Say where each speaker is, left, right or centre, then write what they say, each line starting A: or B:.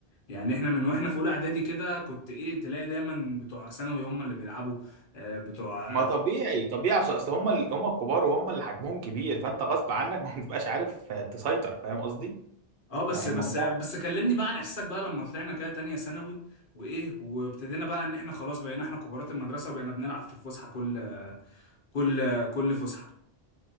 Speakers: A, on the left; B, on the right.
A: يعني احنا من واحنا في اولى اعدادي كده كنت ايه تلاقي دايما بتوع ثانوي هم اللي بيلعبوا آه، بتوع
B: ما طبيعي طبيعي عشان اصل هم ال... هم الكبار وهم اللي حجمهم كبير فانت غصب عنك <laughs> ما بتبقاش عارف آه، تسيطر فاهم قصدي
A: اه بس
B: يعني
A: بس
B: الموضوع
A: بس كلمني بقى عن احساسك بقى لما طلعنا كده تانية ثانوي وايه وابتدينا بقى ان احنا خلاص بقينا احنا كبارات المدرسة وبقينا بنلعب في الفسحة كل كل كل فسحة